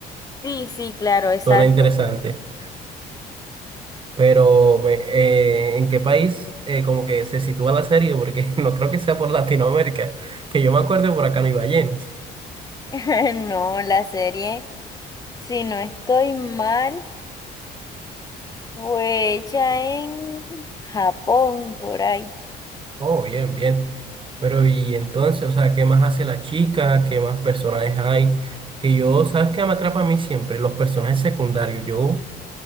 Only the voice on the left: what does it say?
Sí, sí, claro, exacto.
<laughs> No, la serie, si no estoy mal, fue hecha en Japón, por ahí.